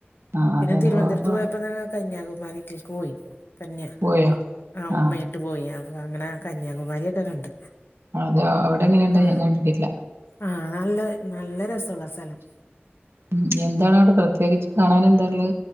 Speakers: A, on the right; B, on the left.
A: ആഹ് അതന്നെ
B: പിന്നെ തിരുവൻന്തരത്ത്
A: പോകുമ്പോ
B: പോയപ്പന്നെ കന്യാകുമാരി കേക്ക് കന്യാ
A: പോയോ
B: ആ ഉമ്മേട്ട്
A: ആഹ്
B: പോയി അപ്പൊ അങ്ങനെ കന്യാകുമാരിക്കെ കണ്ട്
A: അതോ അവടെ എങ്ങനെണ്ട്
B: ആ
A: ഞാൻ കണ്ടില്ല
B: ആ നല്ല നല്ല രസള്ള സ്ഥലം
A: ഉ എന്താണ് അവടെ പ്രത്യേകിച്ച് കാണാന് എന്താള്ള്